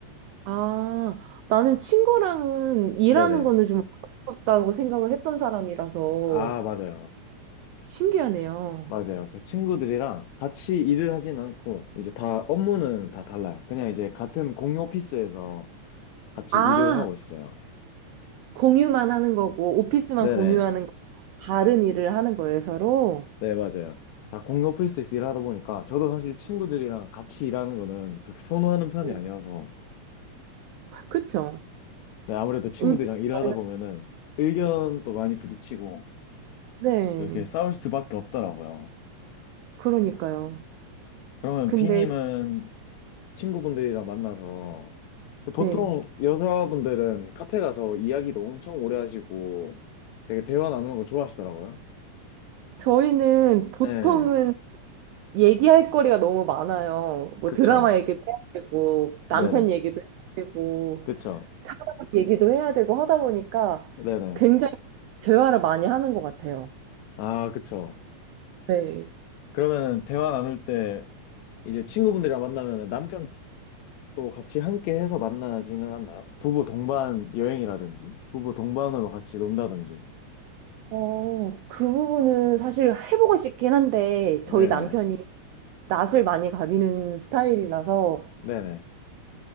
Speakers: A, on the right; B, on the left.
A: 아, 나는 친구랑은 일하는
B: 네네.
A: 거는 좀 어렵다고 생각을 했던 사람이라서
B: 아, 맞아요.
A: 신기하네요.
B: 맞아요. 그 친구들이랑 같이 일을 하진 않고, 이제 다, 업무는 다 달라요. 그냥 이제 같은 공유 오피스에서 같이
A: 아,
B: 일을 하고 있어요.
A: 공유만 하는 거고, 오피스만
B: 네네.
A: 공유하는 거, 다른 일을 하는 거예요, 서로.
B: 네, 맞아요. 다 공유 오피스에서 일하다 보니까, 저도 사실 친구들이랑 같이 일하는 거는 그렇게 선호하는 편이
A: 오.
B: 아니어서,
A: 그쵸?
B: 네, 아무래도 친구들이랑
A: 의견
B: 일하다
A: 다른,
B: 보면은 의견도 많이 부딪히고,
A: 네.
B: 또 이렇게 싸울 수밖에 없더라고요.
A: 그러니까요.
B: 그러면
A: 근데,
B: 비님은 친구분들이랑 만나서 보통
A: 네.
B: 여자분들은 카페 가서 이야기도 엄청 오래 하시고 되게 대화 나누는 거 좋아하시더라고요.
A: 저희는 보통은
B: 예,
A: 얘기할 거리가 너무 많아요. 뭐
B: 그쵸.
A: 드라마 얘기도 해야 되고, 남편
B: 네네.
A: 얘기도 해야 되고,
B: 그쵸.
A: 사람 얘기도 해야 되고 하다 보니까
B: 네네.
A: 굉장히 대화를 많이 하는 것 같아요.
B: 아, 그쵸.
A: 네.
B: 그러면 대화 나눌 때 이제 친구분들이랑 만나면 남편도 같이 함께 해서 만나지는 않나요? 부부 동반 여행이라든지, 부부 동반으로 같이 논다든지.
A: 어, 그 부분은 사실 해보고 싶긴 한데,
B: 네네.
A: 저희 남편이 낯을 많이 가리는 스타일이라서
B: 네네.